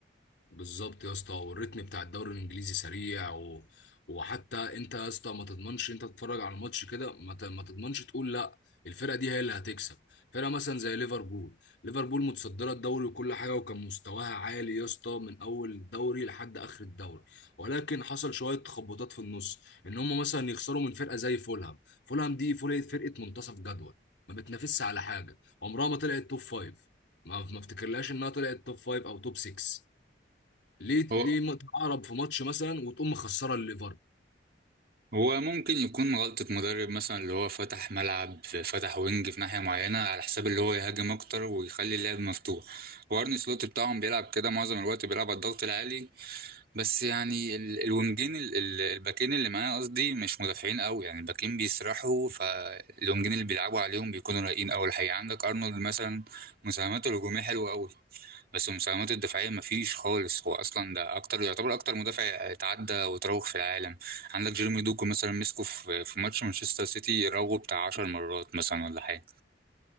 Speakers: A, on the left; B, on the right.
A: بالظبط يا اسطى والريتم بتاع الدوري الانجليزي سريع و... وحتى انت يا اسطى ما تضمنش انت تتفرج على الماتش كده ما, ت... ما تضمنش تقول لا الفرقه دي هي اللي هتكسب فرقه مثلا زي ليفربول ليفربول متصدره الدوري وكل حاجه وكان مستواها عالي يا اسطى من اول الدوري لحد اخر الدوري ولكن حصل شويه تخبطات في النص ان هم مثلا يخسروا من فرقه زي فولهام فولهام دي فول- فرقه منتصف جدول ما بتنافسش على حاجه عمرها ما طلعت توب فايف ما ما افتكرلهاش انها طلعت توب فايف او توب 6 ليه
B: هو
A: ليه م- تتعرب في ماتش مثلا وتقوم مخسره الليفر
B: هو ممكن يكون غلطة مدرب مثلا اللي هو فتح ملعب فتح وينج في ناحية معينة على حساب اللي هو يهاجم أكتر ويخلي اللعب مفتوح وارني سلوت بتاعهم بيلعب كده معظم الوقت بيلعب على الضغط العالي بس يعني ال- الوينجين ال- ال- الباكين اللي معايا قصدي مش مدافعين قوي يعني الباكين بيسرحوا فالوينجين اللي بيلعبوا عليهم بيكونوا رايقين قوي الحقيقة عندك أرنولد مثلا مساهماته الهجومية حلوة قوي بس المساهمات الدفاعية مفيش خالص هو أصلا ده أكتر يعتبر أكتر مدافع اتعدى وتراوغ في العالم عندك جيرمي دوكو مثلا مسكه في في ماتش مانشستر سيتي راوغه بتاع عشر مرات مثلا ولا حاجة